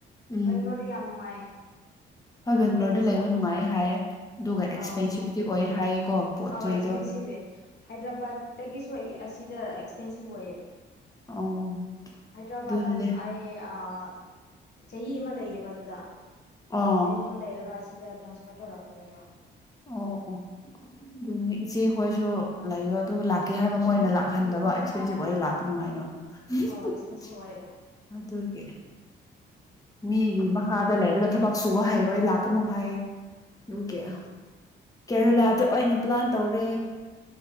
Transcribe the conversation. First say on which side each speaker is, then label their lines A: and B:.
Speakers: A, on the left; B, on the left.
A: ꯎꯝ
B: ꯕꯦꯡꯒ꯭ꯂꯣꯔꯗꯤ ꯌꯥꯝ ꯅꯨꯡꯉꯥꯏꯌꯦ
A: ꯍꯣꯏ ꯕꯦꯡꯒ꯭ꯂꯣꯔꯗ
B: ꯋꯦꯗꯔꯁꯦ
A: ꯂꯩꯕ
B: ꯌꯥꯝ ꯅꯨꯡꯉꯥꯏ
A: ꯅꯨꯡꯉꯥꯏꯌꯦ ꯍꯥꯏꯌꯦ ꯗꯨꯒ
B: ꯑꯥꯎ
A: ꯑꯦꯛꯁꯄꯦꯟꯁꯤꯚꯇꯤ
B: ꯅꯨꯡꯉꯥꯏꯌꯦ
A: ꯑꯣꯏꯌꯦ ꯍꯥꯏꯌꯦꯀꯣ ꯄꯣꯠ
B: ꯑꯥꯎ
A: ꯆꯩꯗꯣ
B: ꯑꯦꯛꯁꯄꯦꯟꯁꯤꯚ ꯑꯦ ꯍꯥꯏꯗ꯭ꯔꯕꯥꯠꯇꯒꯤꯁꯨ ꯑꯩ ꯑ__ ꯁꯤꯗ ꯑꯦꯛꯁꯄꯦꯟꯁꯤꯚ ꯑꯣꯏꯌꯦ
A: ꯑꯣ
B: ꯍꯥꯏꯗ꯭ꯔꯕꯥꯥꯗꯇꯝ
A: ꯑꯗꯨꯅꯅꯦ
B: ꯑꯩ ꯑꯥ__ ꯑꯥ ꯆꯍꯤ ꯑꯃ ꯂꯩꯌꯦꯕ ꯑꯗꯨꯗ
A: ꯑꯣ
B: ꯆꯍꯤ ꯑꯃ ꯂꯩꯔꯒ ꯁꯤꯗ ꯇ꯭ꯔꯥꯟꯁꯐꯔ ꯇꯧꯔꯛꯄꯅꯦꯕ꯫
A: ꯑꯣ ꯑꯣ ꯗꯨ ꯅꯦ ꯏꯆꯦꯈꯣꯏꯁꯨ ꯂꯩꯌꯣ ꯑꯗꯨꯒ ꯂꯥꯛꯀꯦ ꯍꯥꯏꯕ ꯃꯣꯏꯅ ꯂꯥꯛꯍꯟꯗꯕ ꯑꯦꯛꯁꯄꯦꯟꯁꯤꯚ ꯑꯣꯏꯌꯦ ꯂꯥꯛꯀꯅꯨ ꯍꯥꯏꯅ꯫ ꯍꯤ
B: ꯑꯧ
A: ꯎꯝ
B: ꯑꯦꯛꯁꯄꯦꯟꯁꯤꯞ ꯑꯣꯏꯌꯦ
A: ꯑꯗꯨꯒꯤ ꯃꯤꯒꯤ ꯃꯈꯥꯗ ꯂꯩꯔꯒ ꯊꯕꯛ ꯁꯨꯕ ꯍꯩꯔꯣꯏ ꯂꯥꯛꯀꯅꯨ ꯍꯥꯏꯌꯦ꯫ ꯅꯨ ꯀꯦ <inaudible> ꯀꯦꯔꯦꯂꯥꯗ
B: ꯎꯝ
A: ꯑꯣꯏꯅ ꯂꯥꯟ ꯇꯧꯔꯦ